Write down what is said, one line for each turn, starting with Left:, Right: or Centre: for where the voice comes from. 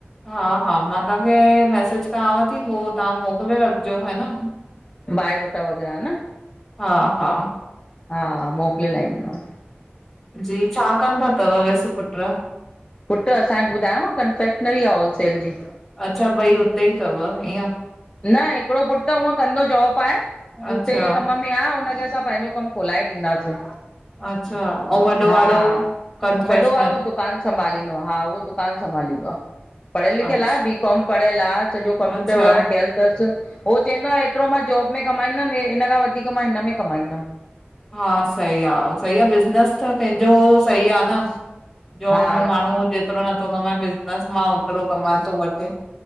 Centre: हा हा मां तव्हांखे मैसेज कयांव थी पो तव्हां मोकिले रखिजो हा न।
Left: बायोडोटा वग़ैरह हा न?
Centre: हा हा।
Left: हा मोकिले लहाईंदी मांव।
Centre: जी, छा कनंदा तव वैसे पुट्र।
Left: पुट्र, असां वट ॿुधायांव न कनफेक्शनरी आ होलसेल जी।
Centre: अच्छा ॿई उते ई तव इअं?
Left: न हिकिड़ो पुट्र हूअं कंदो जॉब आहे, जूते
Centre: अच्छा
Left: जे कम में में आ उनखे असां पंहिंजो कम खोलाए ॾींदासीं।
Centre: अच्छा ऐं वॾो
Left: हा
Centre: वारो कंफेशनल
Left: वॾो वारो दुकानु संभालींदो आ हा, उहो दुकानु संभालींदो आ। पढ़ियलिखियल
Centre: अच्छा
Left: आ बी कॉम पढियल आ सॼो कंप्यूटर
Centre: अच्छा
Left: वग़ैरह कयल तसि उहो चवंदो आहे एतिरो मां जॉब में कमाईंदमि इन खां वधीक मां हिन में कमाईंदमि।
Centre: हा सही आ सही आ बिज़नेस त पंहिंजो सही आ न। जॉब
Left: हा
Centre: में माण्हू जेतिरो नथो कमाए बिज़नस मां ओतिरो कमाए थो वठे।